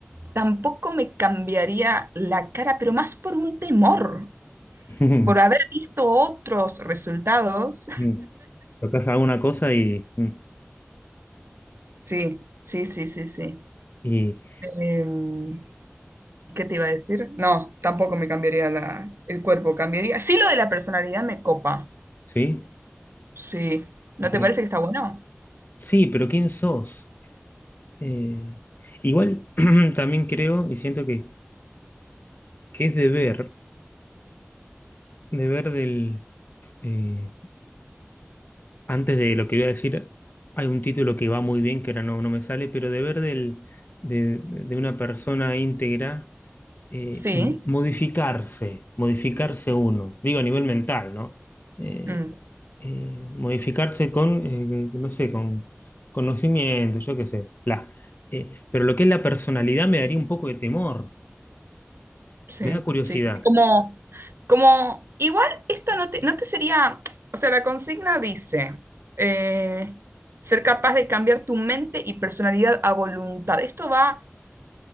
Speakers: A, on the right; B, on the left.
A: tampoco me cambiaría la cara, pero más por un temor,
B: <laughs>
A: por haber visto otros resultados.
B: Mm. mm. Tocas alguna cosa y, mm,
A: Sí, sí, sí, sí, sí.
B: y
A: Em, ¿qué te iba a decir? No, tampoco me cambiaría la, el cuerpo, cambiaría. Sí, lo de la personalidad me copa.
B: sí.
A: Sí. ¿No
B: Pero-
A: te parece que está bueno?
B: sí, pero ¿quién sos? Eh, igual <clears throat> también creo y siento que, que es deber, deber del... eh, antes de lo que voy a decir, hay un título que va muy bien, que ahora no, no me sale, pero deber del, de, de una persona íntegra, eh,
A: Sí.
B: modificarse, modificarse uno, digo a nivel mental, ¿no? Eh,
A: Mm.
B: eh, modificarse con, eh, no sé, con conocimiento, yo qué sé, bla. Eh, pero lo que es la personalidad me daría un poco de temor,
A: Sí,
B: me da curiosidad.
A: sí, sí, Como, como, igual esto no te, no te sería, o sea, la consigna dice, eh, ser capaz de cambiar tu mente y personalidad a voluntad. Esto va